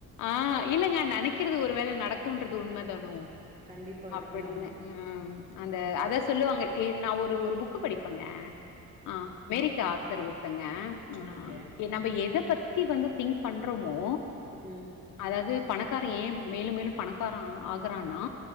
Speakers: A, on the left; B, on the right.
A: ஆ இல்லங்க நெனைக்கிறது ஒரு வேல நடக்குன்றது உண்ம தானோ
B: கண்டிப்பா
A: அப்பின்ன
B: இருக்கலாம்
A: ம் அந்த அதா சொல்லுவாங்க ஏ நா ஒரு ஒரு புக்கு படிப்பங்க ஆ மெரிக்கா ஆத்தர் ஒருத்தங்க ஆ
B: ஓகே
A: எ நம்ம எத பத்தி வந்து திங்க் பண்றமோ
B: ம்
A: அதாது பணக்கார ஏ மேலு மேலு பணக்கார ஆகறானா